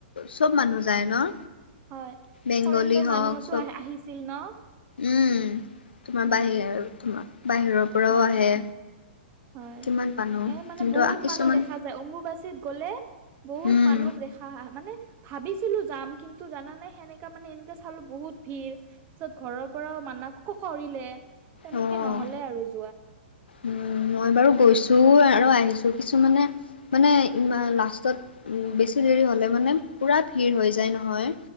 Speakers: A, on the left; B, on the right.
A: চব মানুহ যায় ন?
B: হয়
A: বেংগলী
B: ফৰেনৰ মানুহতো
A: হওক চব
B: আহ আহিছিল ন?
A: উম, তোমাৰ
B: উম
A: বাহিৰা আৰু তোমাৰ বাহিৰৰ পৰাও
B: হয়,
A: আহে
B: হয়,
A: কিমান মানুহ
B: সেই মানে
A: কিন্তু
B: বহুত
A: কিছুমান
B: মানুহ দেখা যায় অম্বুবাচীত গ'লে বহুত
A: উম
B: মানুহ দেখা হা হা মানে ভাবিছিলো যাম কিন্তু জানা নে সেনেকা মানে এনেকা চালো বহুত ভিৰ তাৰপাছত ঘৰৰ পৰাও মানা ক -কৰিলে তেনেকে
A: অ',
B: নহলে আৰু যোৱা
A: উম, মই বাৰু গৈছো আৰু আহিছো কিছুমানে মানে ই লাষ্টত বেছি দেৰি হ'লে মানে পুৰা ভিৰ হৈ যায় নহয়